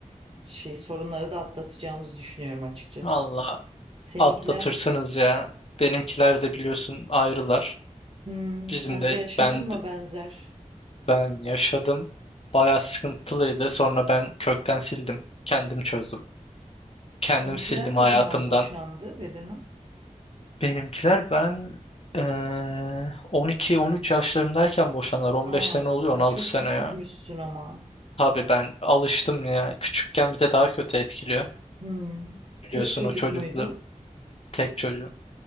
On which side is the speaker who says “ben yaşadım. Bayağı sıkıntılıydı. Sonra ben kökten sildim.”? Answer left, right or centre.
Left